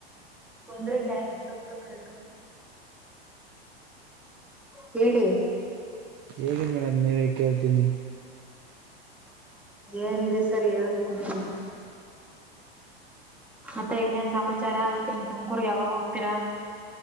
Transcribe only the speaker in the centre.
ಒಂದ್ರೆ್ಯಾಕೆ ತೋಗತು ಕರೆಕ್ೋಗ ಕೇಳಿ
ಏನಿದೆ ಸರ್ ಹೇಳ್ಬೇಕು ನೀವೇ. ಮತ್ತೆ ಇನ್ನೇನ್ ಸಮಾಚಾರ ತುಮಕೂರ್ಗೆ ಯಾವಾಗ್ ಹೋಗ್ತೀರಾ.